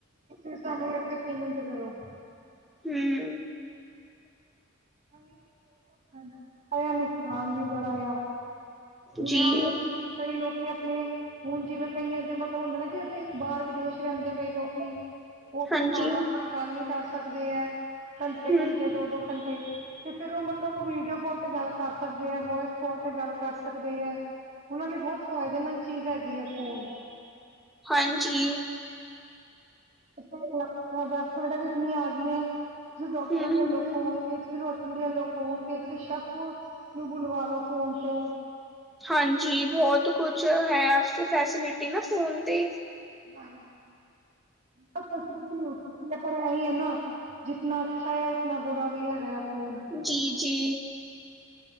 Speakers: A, on the right; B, in the centre.
A: ਇੱਥੇ ਤੁਹਾਨੂੰ ਇਥੇ ਪੇਮੈਂਟ ਕਰੋ।
B: ਹਮ।
A: ਏਹੀ ਆ ਨਾ ਫ਼ੋਨ ਦਾ ਫਾਇਦਾ ਵੀ ਬੜਾ ਆ, ਨੁਕਸਾਨ ਵੀ ਬੜਾ ਆ। ਹੁਣ
B: ਜੀ
A: ਇਹ ਹੁੰਦਾ ਸੀ ਕਿ ਕਈ ਲੋਕੀ ਅਪਨੇ ਹੁਣ ਜਿਵੇਂ ਕਈਆ ਦੇ ਮਤਲਬ ਹੁੰਦੇ ਨਾ ਕਿ ਅਸੀਂ ਬਾਹਰ ਵਿਦੇਸ਼ ਰਹਿੰਦੇ, ਕਈ ਲੋਕੀ। ਉਹ ਅਪਨੇ
B: ਹਾਂਜੀ
A: ਮਾਂ- ਬਾਪ ਨਾਲ ਗੱਲ ਨੀ ਕਰ ਸਕਦੇ ਐ, ਘੰਟੇ-ਘੰਟੇ,
B: ਹਮ
A: ਦੋ-ਦੋ ਘੰਟੇ, ਤੇ ਫਿਰ ਉਹ ਮਤਲਬ ਉਹ ਵੀਡੀਓ ਕਾਲ ਤੇ ਗੱਲ ਕਰ ਸਕਦੇ ਐ, ਵੋਇਸ ਕਾਲ ਤੇ ਗੱਲ। ਕਰ ਸਕਦੇ ਐਂ, ਉਹਨਾਂ ਲਈ ਬਹੁਤ ਫਾਇਦੇਮੰਦ ਚੀਜ਼ ਹੈਗੀ ਹੈ ਫੋਨ।
B: ਹਾਂਜੀ।
A: ਵੈਬਸਾਈਟਾਂ ਵੀ ਕਿੰਨੀਆ ਆ ਗਈਆਂ। ਤੁਸੀਂ ਡਾਕਟਰ
B: ਹਮ
A: ਲੈ ਲੋ, ਫੋਨ ਤੇ ਤੁਸੀਂ ਰੋਟੀ ਲੈ ਲਓ, ਫ਼ੋਨ ਤੇ ਤੁਸੀਂ ਸੈਫ ਨੂੰ ਬੁਲਵਾ ਲੋੋ ਫੋਨ ਤੋਂ।
B: ਹਾਂਜੀ ਬਹੁਤ ਕੁਛ ਹੈ ਅੱਜ ਤੇ ਫੈਸਿਲਿਟੀ ਨਾ ਫੋਨ ਤੇ।
A: ਹਾਂਜੀ <inaudible> ਹੋ ਚੁੱਕੀ ਹੈ, ਪਰ ਇਹੀ ਹੈ ਨਾ, ਜਿੱਨਾ ਅੱਛਾ ਹੈ ਉਤਨਾ ਬੁਰਾ ਵੀ ਹੈਗਾ ਆ ਫੋਨ।
B: ਜੀ-ਜੀ।